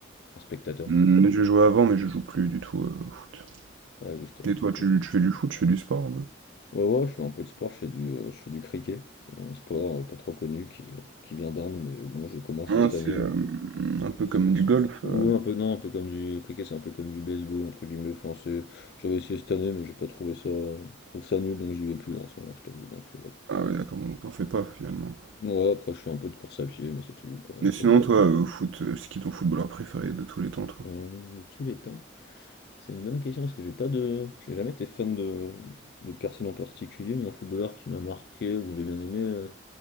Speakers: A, on the left (about 55°); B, on the right (about 75°).
A: un spectateur?
B: Hmm, je jouais avant, mais je joue plus du tout euh, au foot.
A: Ouais, juste, euh,
B: Et toi, tu, tu fais du foot, tu fais du sport?
A: Ouais, ouais, je fais un peu de sport, je fais du, euh, je fais du cricket. C'est un sport euh, pas trop connu qui, est- qui vient d'Inde, mais bon, je commence
B: Ah,
A: cette
B: c'est
A: année. euh,
B: euh, un peu
A: parce
B: comme
A: que-
B: du golf.
A: Ouais,
B: euh.
A: un peu, non, un peu comme du cricket, c'est un peu comme du baseball, entre guillemets. Enfin, c'est- j'avais essayé cette année, mais j'ai pas trouvé ça. Je trouve ça nul, donc j'y vais plus là en ce moment, je t'avoue. Donc euh, voilà.
B: Ah ouais, d'accord, donc t'en fais pas finalement. quoi.
A: Ouais, après, je fais un peu de course à pied, mais c'est tout, pas grand-chose.
B: Mais sinon, toi, au foot, euh, c'est qui ton footballeur préféré de tous les temps, toi?
A: Hum, De tous les temps, c'est une bonne question parce que j'ai pas de, j'ai jamais été fan de, de personne en particulier, mais un footballeur qui m'a marqué ou que j'ai bien aimé, euh,